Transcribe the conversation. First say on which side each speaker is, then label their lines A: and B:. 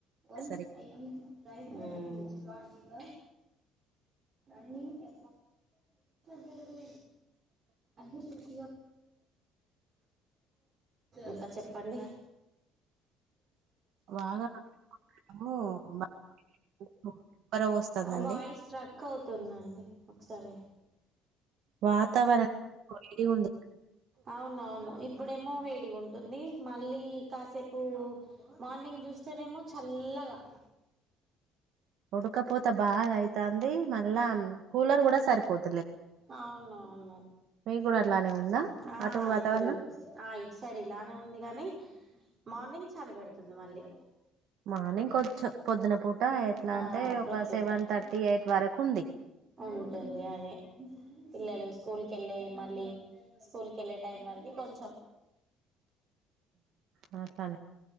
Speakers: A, on the right (about 40°); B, on the right (about 70°).
A: న్
B: సరికి
A: ఐైవ్ బడ్ ఫీవ బ ఎ పేరు అది సూష ఇంకా చెప్పండి
B: బాగా ఓ మాకు ఉబ్బరవోస్తుందండి
A: బయిస్ టక్ అవుతుందండి ఒకసారి
B: వాతావరణం వేడిగా ఉంది
A: అవునవును ఇ ఇప్పుడేమో వేడిగా ఉంటుంది మళ్ళీ కాసేపు మార్నింగ్ చూస్తేనేమో చల్లగా
B: ఉడకపోత బాగాయి అంది మళ్ళా కూలర్ కూడా సరిపోతుంది
A: అవునువును
B: మీకు కూడా అట్లానే ఉందా
A: ఆ
B: అటు వాతావరణం
A: ఇప్పుడు ఆ ఇయిట్ సైడ్ ఇలానే ఉంది కానీ మార్నింగ్ చాల పెడుతుంది మళ్ళీ
B: మార్నింగ్ పద్ పొద్దున పూట ఎట్లా
A: ఆ
B: అంటే
A: ప్రొద్దుట
B: ఒక సెవెన్ థర్టీ ఎయిట్ వరకు ఉంది
A: ఉంటుంది అదే పిల్లలు స్కూల్ క వెళ్ళే మళ్ళీ స్కూల్ క వెళ్ళే టైం వరకి కొంచెం
B: అ